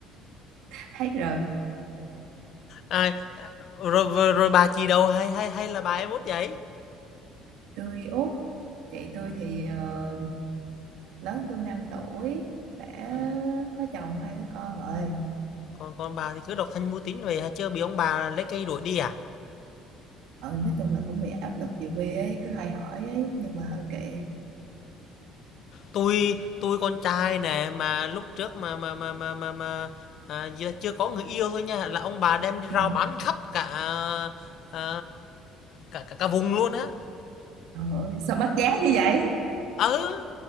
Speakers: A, on the right; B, on the left.
A: hết rồi
B: Ai rồi rồi, rồi bà chị đâu hay hay hay là bà em út vậy?
A: tôi út chị tôi thì ờ, lớn tôi năm tuổi đã
B: À,
A: có chồng hai đứa con rồi
B: còn còn bà thì cứ độc thân mưu tính về hả? Chưa bị ông bà lấy cây đuổi đi à?
A: ờ nói chung là cũng bị áp lực về quê ấy cứ hay hỏi ấy nhưng mà hơi kệ
B: Tôi tôi con trai nè mà lúc trước mà mà mà mà mà, mà à, gì là chưa có người yêu thôi nha là ông bà đem đi
A: ừ
B: rao bán khắp cả à, à, cả cả, cả vùng luôn á
A: Trời ơi, sao mất giá như vậy?
B: Ừ,